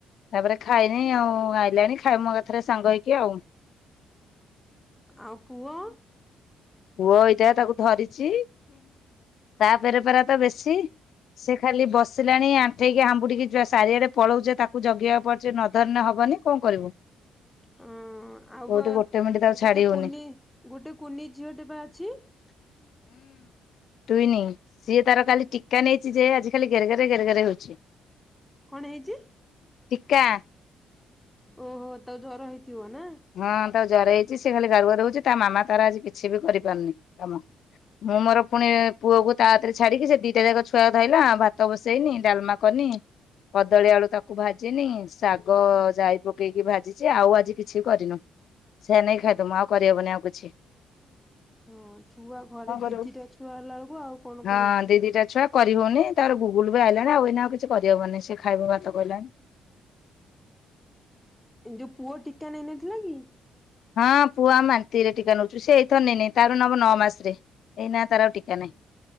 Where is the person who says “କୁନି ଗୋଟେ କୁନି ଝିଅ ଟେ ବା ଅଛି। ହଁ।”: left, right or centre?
Centre